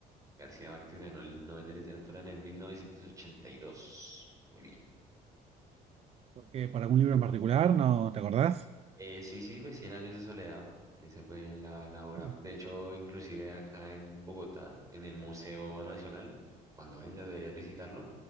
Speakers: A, on the right; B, on the right.
A: García Márquez ganó el Nobel de Literatura en el 1982. Muy bien.
B: ¿Por qué? ¿Para algún libro en particular? ¿No te acordás?
A: Eh, sí, sí, pues cien años de soledad. Esa fue la, la obra.
B: Mm.
A: De hecho, inclusive acá en Bogotá, en el Museo Nacional, cuando vengas deberías visitarlo,